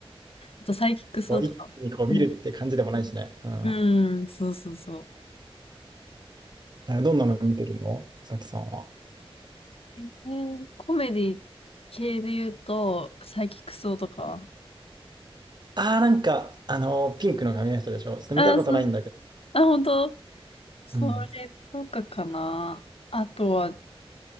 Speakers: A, on the left; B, on the right.
A: あとサイキックスとかも。
B: こう、一気にこう見るって感じでもないしね。
A: う
B: うん。
A: ん、うんそうそうそう。
B: えどんなの見てるのさきさんは。
A: えーコメディ系で言うと、サイキックスとか。
B: ああ、なんか、あのピンクの髪の人でしょ。ちょっと見たことないんだけど。
A: あ、そう。あ、本当。それとかかな。
B: うん。
A: あとは、